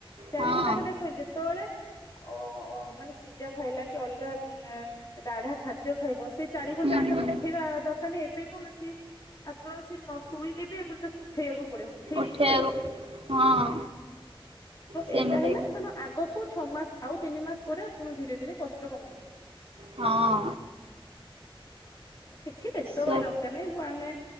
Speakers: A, on the left; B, on the right.
A: ଚାରି
B: ହଁ
A: ଘଣ୍ଟା ଖଣ୍ଟେ ଶୋଇଲେ ଯେତେବେଳେ ଅ ଅ ମାନେ ସିଝା ଖାଇଲା କି ଅଲଗା ଗାଢା ଖାଦ୍ୟ ଖାଇବ ସେ ଚାରି ଘଣ୍ଟା
B: ହୁଁ
A: ବି ତାକୁ
B: ହୁଁ
A: ଉଠେଇବା ଦରକାର ନାହିଁ ଏବେ କୌଣସି ସେ ଆପଣ ସେ ନ ଶୋଇଲେ ବି ଆପଣ ତାକୁ ଉଠେଇବାକୁ ପଡିବ। ଠିକ
B: ଉଠେଇବାକୁ
A: ଖୁଆଇବେ।
B: ହଁ ସେମିତି
A: ଏଇଟା ହେଲା ତମ ଆଗ ଆଙ୍କୁ ଛଅ ମାସ ଆଉ ତିନି ମାସ ପରେ ଆପଣଙ୍କୁ ଧୀରେ ଧୀରେ କଷ୍ଟ କମିଯିବ।
B: ହଁ।
A: କିଛି ବ୍ୟସ୍ତ
B: ସେ
A: ହବାର ଦରକାର ନାହିଁ ବୋ ଆମେ